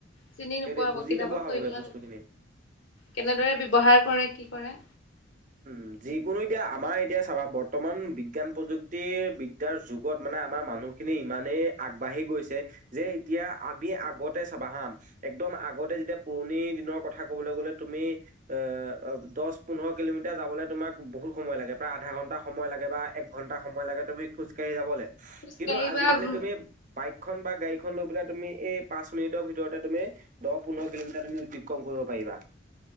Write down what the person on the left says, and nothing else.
চিনি
নোপোৱা হ'ব,
কিতাপত
পঢ়িবলৈ,
কেনেদৰে ব্যৱহাৰ কৰে? কি কৰে?
খোজকাঢ়ি
বা উম